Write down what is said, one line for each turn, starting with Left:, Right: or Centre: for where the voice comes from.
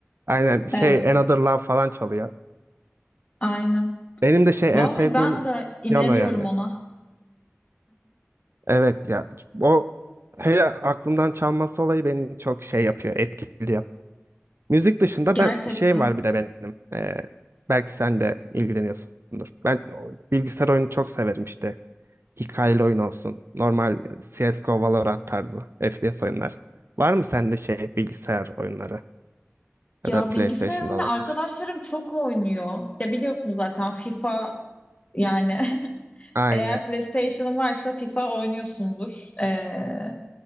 Right: Aynen şey
Left: <laughs> Evet,
Right: Another Love falan çalıyor.
Left: aynen.
Right: Benim de şey
Left: Vallahi
Right: en sevdiğim
Left: ben de imreniyorum
Right: piyano yani.
Left: ona.
Right: Evet ya o hele aklımdan çalması olayı beni çok şey yapıyor etkiliyor. Müzik dışında
Left: <laughs> Gerçekten.
Right: ben şey var bir de benim ee, belki sen de ilgileniyorsundur. Ben o bilgisayar oyunu çok severim işte hikayeli oyun olsun normal CSGO Valorant tarzı FPS oyunlar. Var mı sende şey bilgisayar oyunları ya
Left: Ya
Right: da PlayStation'da
Left: bilgisayar oyunu
Right: olabilir?
Left: arkadaşlarım çok oynuyor. Ya biliyorsun zaten FIFA yani <laughs>
Right: Aynı.
Left: eğer PlayStation'ın varsa FIFA oynuyorsundur. Ee,